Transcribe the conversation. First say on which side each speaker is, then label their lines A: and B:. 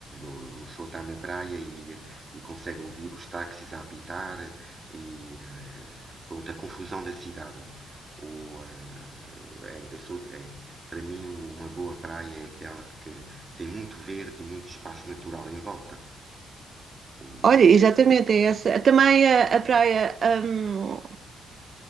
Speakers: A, on the right; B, on the right.
A: o o está na praia e, e consegue ouvir os táxis a apitar e eh, pronto, a confusão da cidade. Ou, eh, é, eu sou, é, para mim, uma boa praia é aquela que tem muito verde e muito espaço natural em volta. O-
B: olha,
A: eh,
B: exatamente, é essa. Também a, a praia, ahm,